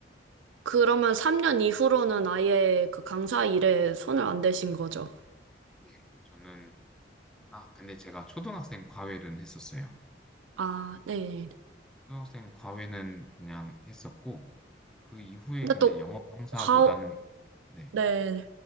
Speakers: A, on the right; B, in the centre.
A: 그러면 3년 이후로는 아예 그 강사 일에 손을 안 대신 거죠?
B: 네. 저는, 아, 근데 제가 초등학생 과외는 했었어요.
A: 아, 네.
B: 초등학생 과외는 그냥 했었고, 그 이후에
A: 근데
B: 근데
A: 또,
B: 영어 강사보다는,
A: 과,
B: 네,
A: 네.